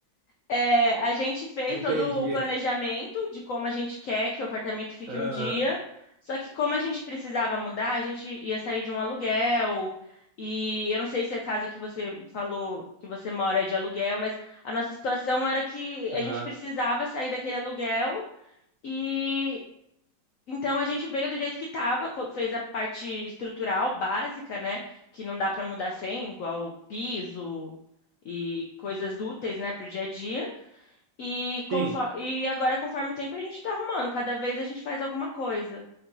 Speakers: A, on the left (about 75°); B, on the right (about 65°).
A: É, a gente fez
B: Entendi.
A: todo o planejamento de como a gente quer que o apartamento fique
B: Aham.
A: um dia, só que como a gente precisava mudar, a gente ia sair de um aluguel. E eu não sei se a casa que você falou que você mora é de aluguel, mas a nossa situação era que a
B: Aham.
A: gente precisava sair daquele aluguel e então a gente veio do jeito que estava, fez a parte estrutural básica, né? Que não dá para mudar sem, igual piso e coisas úteis, né, para o dia a dia. E, conforme,
B: Sim.
A: e agora, conforme o tempo, a gente está arrumando. Cada vez a gente faz alguma coisa.